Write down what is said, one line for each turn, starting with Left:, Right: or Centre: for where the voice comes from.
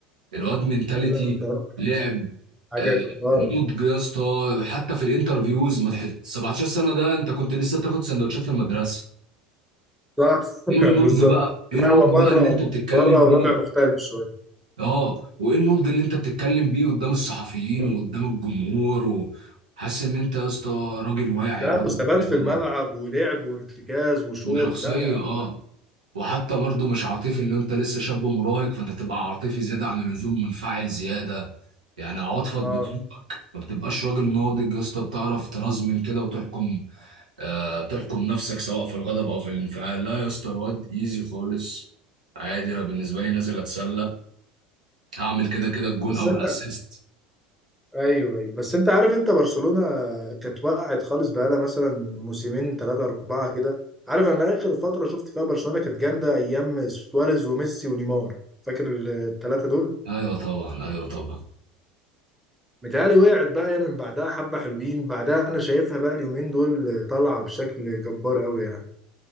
Right: الواد منتاليتي
Centre: لا لا بصراحه
Right: لعب
Centre: حاجه
Right: آه،
Centre: جباره
Right: نضج يا اسطى حتى في الانترفيوز ما تحس 17 سنه ده انت كنت لسه بتاخد سندوتشات في المدرسه
Centre: صح <laughs>
Right: ايه النضج
Centre: بالظبط
Right: بقى
Centre: لا
Right: ايه النضج
Centre: هو بره
Right: بقى اللي انت بتتكلم
Centre: بره
Right: بيه
Centre: وضع مختلف شويه
Right: اه وايه النضج اللي انت بتتكلم بيه قدام الصحفيين وقدام الجمهور و- حاسس ان انت يا اسطى راجل واعي
Centre: لا
Right: راجل
Centre: وثبات
Right: كان
Centre: في الملعب
Right: ناضج
Centre: ولعب وارتكاز وشوط
Right: وشخصيه
Centre: لا يا عم
Right: اه
Centre: لا
Right: وحتى برضه مش عاطفي ان انت لسه شاب مراهق فانت تبقى عاطفي زياده عن اللزوم منفعل زياده يعني عواطفك
Centre: اه
Right: بتسوقك ما بتبقاش راجل ناضج يا اسطى بتعرف ترزمن كده وتحكم آه تحكم نفسك سواء في الغضب او في الانفعال لا يا اسطى الواد ايزي خالص عادي انا بالنسبه لي نازل اتسلى هعمل كده كده الجون
Centre: بس
Right: او
Centre: انت
Right: الاسيست
Centre: ايوه ايوه بس انت عارف انت برشلونه كانت وقعت خالص بقالها مثلا موسمين ثلاثه اربعه كده عارف انا اخر فتره شفت فيها برشلونه كانت جامده ايام سواريز وميسي ونيمار فاكر الثلاثه دول
Right: ايوه طبعا ايوه طبعا
Centre: متهيألي وقعت بقى هي من بعدها حبه حلوين بعدها انا شايفها بقى اليومين دول طالعه بشكل جبار قوي يعني